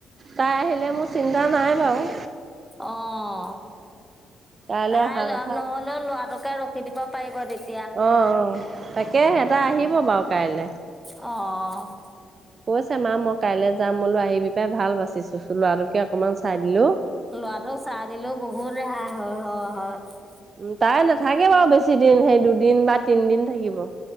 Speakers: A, on the right (about 40°); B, in the centre.
A: তাই আহিলে, মোৰ চিন্তা নাই বাৰু
B: অ',
A: কাইলৈ
B: তাই
A: অহা কথা
B: নহ'লেও
A: আছে।
B: লৰাটোকে ৰখি দিব পাৰিব তেতিয়া
A: অ, অ', তাকে
B: অ',
A: কৈছে মা মই কাইলে যাম বোলো আহিবি পাই ভাল বাচিছো, লৰাটোকে অকমান চাই দিলো
B: লৰাটোক চাই দিলেও বহুত ৰেহাই হয় হয় হয়
A: উ তাই নাথাকে বাৰু, বেছি দিন সেই দুদিন বা তিনদিন থাকিব